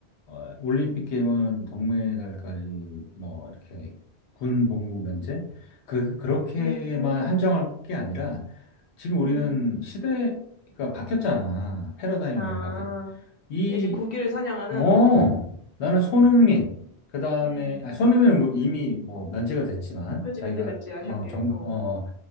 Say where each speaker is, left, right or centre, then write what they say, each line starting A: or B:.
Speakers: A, on the left; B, on the left.
A: 어, 올림픽 게임은 동메달까지 뭐 이렇게 군 복무 면제 그 그렇게만
B: 음. 음.
A: 한정할
B: 음.
A: 게 아니라 지금 우리는
B: 음.
A: 시대가 바뀌었잖아. 패러다임이
B: 아,
A: 많이 바뀌었. 이
B: 이제 국기를 사냥하는
A: 어,
B: 어.
A: 나는
B: 음. 음.
A: 손흥민 그다음에
B: 음,
A: 아 손흥민은 뭐 이미 뭐 면제가 됐지만
B: 그지
A: 자기가
B: 면제됐지 아시안
A: 어,
B: 게임.
A: 정,
B: 어,
A: 어